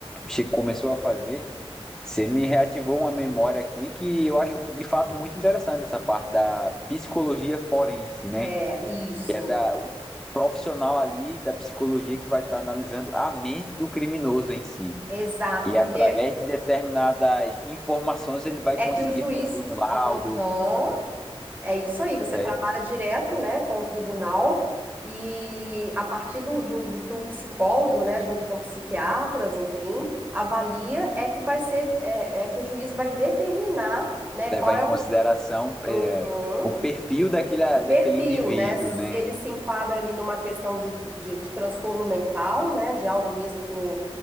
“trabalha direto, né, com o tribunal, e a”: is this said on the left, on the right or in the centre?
Right